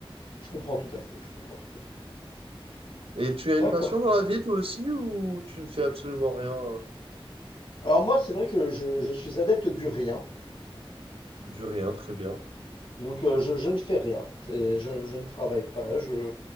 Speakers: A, on the left; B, on the right.
A: Je comprends tout à fait, je comprends tout à fait.
B: Et tu as
A: D'accord.
B: une passion dans la vie toi aussi ou tu ne fais absolument rien? euh
A: Alors moi, c'est vrai que je, je suis adepte du rien,
B: Du rien, très bien.
A: donc euh, je, je ne fais rien. C'est, je, je ne travaille pas, je,